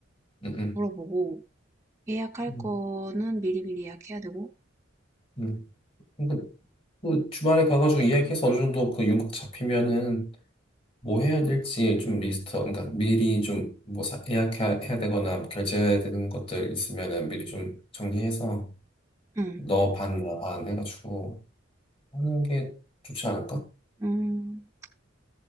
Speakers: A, on the left (about 30°); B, on the right (about 15°).
A: 음,
B: 물어보고, 예약할
A: 음,
B: 거는 미리미리 예약해야 되고,
A: 음. 음. 그, 그 주말에 가가지고 이야기해서 어느 정도 그 윤곽 잡히면은 뭐 해야 될지 좀 리스트, 그러니까 미리 좀 뭐 예약해야 해야 되거나 뭐 결제해야 되는 것들 있으면은 미리 좀 정리해서
B: 응,
A: 너 반, 나반 해가지고 하는 게 좋지 않을까?
B: 음,